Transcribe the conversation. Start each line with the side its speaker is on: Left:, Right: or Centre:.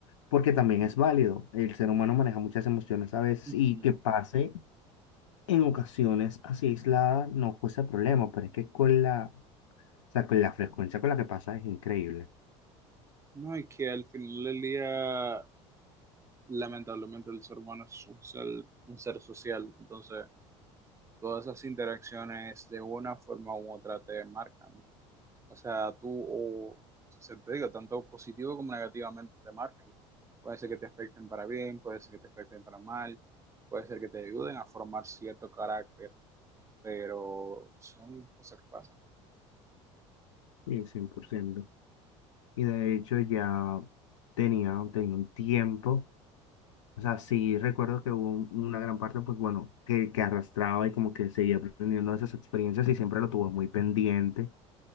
Left: porque también es válido, el ser humano maneja muchas emociones a veces
Right: Ujú.
Left: y que pase en ocasiones así aislada no fuese problema, pero es que con la o sea, que la frecuencia con la que pasa es increíble.
Right: No, y que al final del día, lamentablemente, el ser humano es un ser, un ser social. Entonces, todas esas interacciones de una forma u otra te marcan. O sea, tú, o se te digo, tanto positivo como negativamente te marcan. Puede ser que te afecten para bien, puede ser que te afecten para mal, puede ser que te ayuden a formar cierto carácter, pero son cosas que pasan.
Left: Sí, cien por ciento Y de hecho ya tenía, tenía un tiempo. O sea, sí recuerdo que hubo un- una gran parte, pues bueno, que, que arrastraba y como que seguía aprendiendo de esas experiencias y siempre lo tuve muy pendiente.